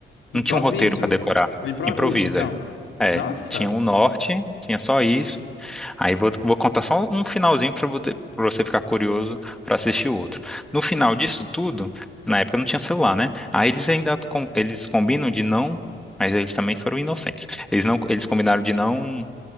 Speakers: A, on the left; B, in the centre.
A: Improviso.
B: não tinha um roteiro pra decorar.
A: Um Improviso,
B: Improvisa,
A: então.
B: é.
A: Nossa,
B: É, tinha um norte, tinha só isso. Aí vou, vou contar só um finalzinho para você ficar curioso para assistir o outro. No final disso tudo, na época não tinha celular, né? Aí eles ainda com- eles combinam de não, mas eles também foram inocentes. Eles não, eles combinaram de não